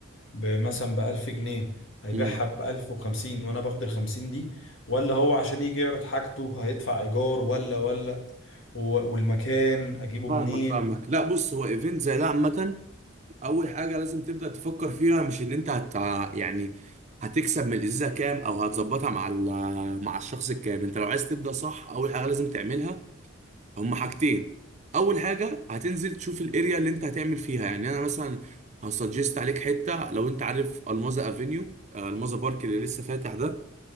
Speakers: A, on the left; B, on the right.
A: بمثلا بألف جنيه هيبيعها
B: امم
A: بألف وخمسين وأنا باخد الخمسين دي ولا هو عشان يجي يعرض حاجته هيدفع إيجار ولا ولا و- والمكان أجيبه
B: فاهمك
A: منين؟
B: فاهمك لا بص هو ايفنت زي ده عامة اول حاجة لازم تبدأ تفكر فيها مش ان انت هت يعني هتكسب من الازازة كام او هتظبطها مع ال... مع الشخص الكام انت لو عايز تبدأ صح اول حاجة لازم تعملها هما حاجتين اول حاجة هتنزل تشوف الاريا اللي انت هتعمل فيها يعني انا مثلا هسجست عليك حتة لو انت عارف الماظة افينيو الماظة بارك اللي لسه فاتح ده